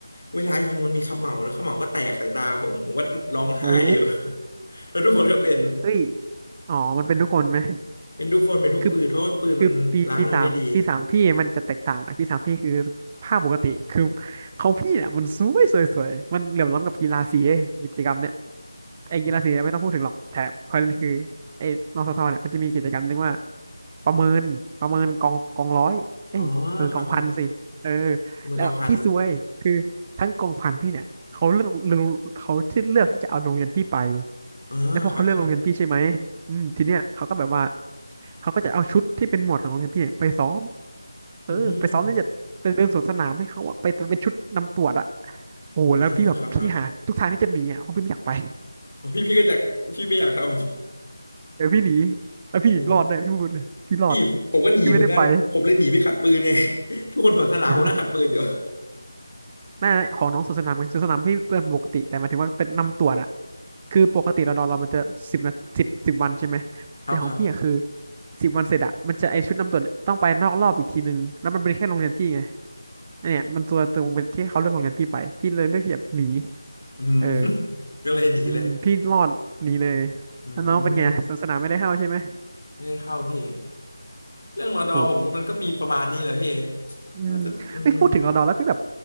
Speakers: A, on the left (about 70°); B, on the right (about 20°).
A: เวลายิงมันมีเขม่าแล้วเขม่าก็แตกใส่ตาผมผมก็ร้องไห้อยู่
B: โอ้
A: <laughs> แล้วทุกคนก็เป็น
B: เฮ้ยอ๋อมันเป็นทุกคนไหม
A: เป็นทุกคนเป็นทุกปืนเพราะว่าปืนมันล้างมาไม่ดี
B: คือคือปีปีสามปีสามพี่มันจะแตกต่างนะปีสามพี่คือภาพปกติคือเขาพี่เนี่ยมันสวยสวยสวยมันเหลื่อมล้ำกับกีฬาสีกิจกรรมเนี่ย ไอ้กีฬาสีเนี่ยไม่ต้องพูดถึงหรอกแต่ประเด็นคือไอ้นสทเนี่ยมันจะมีกิจกรรมเรียกว่าประเมินประเมินกองกองร้อยเอ้ยประเมินกองพันสิเออ
A: อ๋อครับครับประเมินกองพัน
B: แล้วพี่ซวยคือทั้งกองพันพี่เนี่ยเขาเลือกเขาที่เลือกที่จะเอาโรงเรียนพี่ไป
A: อ๋อครับครับ
B: แล้วพอเขาเลือกโรงเรียนพี่ใช่ไหมอืมทีเนี้ยเขาก็แบบว่าเขาก็จะเอาชุดที่เป็นหมวดของโรงเรียนพี่ไปซ้อมเออไปซ้อมที่จะเป็นเดินสวนสนามให้เขาอะไปเป็นชุดนำตรวจอะ
A: อืม
B: โอ้โหแล้วพี่แบบพี่หาทุกทางที่จะหนีอะเพราะพี่ไม่อยากไป
A: อ่าครับครับอ๋อพี่พี่ก็จะพี่ไม่อยากทำ
B: เดี๋ยวพี่หนี
A: <laughs>
B: แล้วพี่รอดเลยพี่พูดเลยพี่รอด
A: โอ้พี่ผมก็หนีเหมือนกันผมเลยหนีไปขัดปืนไง
B: พี่ไม่ได้ไป
A: <laughs> ทุกคนสวนสนามผมนั่งขัดปืนอยู่
B: <laughs> น่าของน้องสวนสนามไงสวนสนามพี่เป็นปกติแต่หมายถึงว่าเป็นนำตรวจอะคือปกติเรานอนเรามันจะสิบนาสิบสิบวันใช่ไหมแต่ของพี่อะคือ
A: ครับครับ
B: สิบวันเสร็จอะมันจะไอชุดนำตรวจต้องไปนอกรอบอีกทีนึงแล้วมันเป็นแค่โรงเรียนพี่ไงอันเนี่ยมันตัวตรงเป็นที่เขาเลือกโรงเรียนพี่ไปพี่เลยเลือกที่จะหนี
A: อืม
B: เออ
A: <laughs> ก็เลยหนีเลย
B: อืมพี่รอดหนีเลย
A: อื
B: แล้วน้องเป็นไงสวนสนามไม่ได้เข้าใช่ไหม
A: มไม่ได้เข้าพี่เรื่องรอดอผมว่ามันก็มีประมาณนี้แหละพี่
B: โอ้ อืมไม่พูดถึงรอดอแล้วพี่แบบ
A: น่าจะอืม